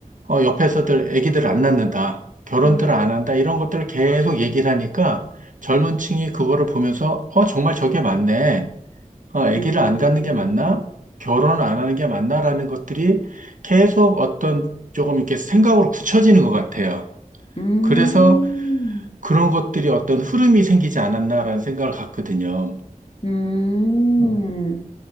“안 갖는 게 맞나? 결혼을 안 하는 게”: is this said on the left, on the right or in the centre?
Right